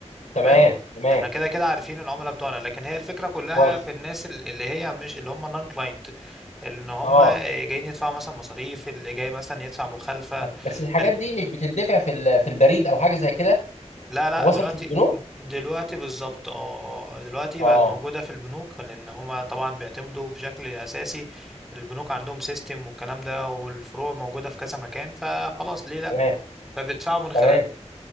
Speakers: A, on the left; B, in the centre.
A: تمام
B: تمام
A: تمام
B: احنا كده كده عارفين العملاء بتوعنا لكن هي الفكرة كلها
A: كويس
B: في الناس ال- اللي هي مش اللي هم نون كلاينت ان هم
A: اه
B: جايين يدفعوا مثلا مصاريف اللي جاي مثلا يدفع مخالفة
A: بس الحاجات
B: ال-
A: دي مش بتدفع في ال... في البريد او حاجه زي كده
B: لا لا
A: وصلت
B: دلوقتي
A: للبنوك
B: دلوقتي بالظبط اه اه دلوقتي
A: اه
B: بقت موجودة في البنوك لان هم طبعا بيعتمدوا بشكل اساسي البنوك عندهم سيستم والكلام ده والفروع موجودة في كذا مكان فخلاص ليه لا
A: تمام
B: فبيدفعوا من خلالها
A: تمام